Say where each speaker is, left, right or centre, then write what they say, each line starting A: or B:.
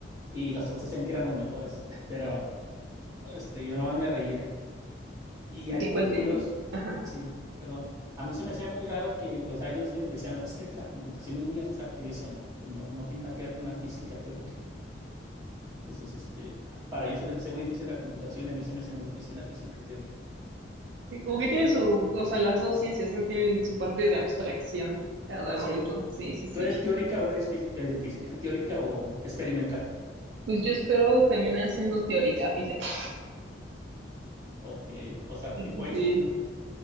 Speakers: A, on the right; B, on the right.
A: Y los otros decían que eran los mejores, <laughs> pero este, yo nomás me reía. Y
B: ¿Y
A: algo
B: cuál
A: muy curioso,
B: te- Ajá.
A: sí, perdón. A mí se me hacía muy raro que, o sea, ellos de- decían, "No, es que la computación es muy abstracta. Y yo decía, no, pues no, no tiene nada que ver con la física teórica. Entonces, este, para ellos se les hacía muy difícil la computación y a mí se me hacía muy difícil la física teórica.
B: Sí, Como que tiene su, o sea, las dos ciencias no tienen su parte de abstracción, cada
A: Sí.
B: uno entonces, sí, sí,
A: ¿Tú eres
B: sí.
A: teórica o eres física, eh, física teórica o experimental?
B: Pues yo espero terminar siendo teórica, fíjate.
A: Ok. O sea,
B: Sí,
A: tipo
B: sí, sí.
A: Einstein, ¿no?